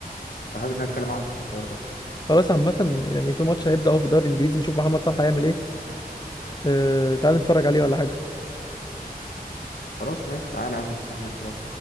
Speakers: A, on the left (about 70°); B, on the left (about 25°).
A: كنت حابب إن أنا أتكلم معاك في الحوار ده
B: خلاص عامه يعني في ماتش هيبدا اهو في الدوري الانجليزي نشوف محمد صلاح هيعمل ايه أه... تعال نتفرج عليه ولا حاجه
A: خلاص ماشي تعالى يا عم نشوف احنا وصلنا